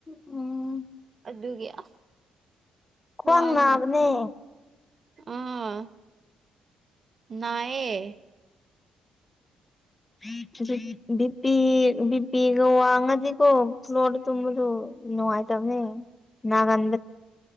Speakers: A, on the left; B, on the right.
A: ꯎꯝ
B: ꯑꯗꯨꯒꯤ ꯑꯁ
A: ꯈ꯭ꯋꯥꯡ
B: ꯋꯥꯕꯅ
A: ꯅꯥꯕꯅꯦ
B: ꯑꯥ ꯅꯥꯏꯑꯦ
A: ꯕꯤ ꯄꯤ ꯕꯤ ꯄꯤꯒ ꯋꯥꯡꯉꯗꯤꯀꯣ ꯐ꯭ꯂꯣꯔꯗ ꯇꯨꯝꯕꯗꯨ ꯅꯨꯡꯉꯥꯏꯇꯕꯅꯦ ꯅꯥꯒꯟ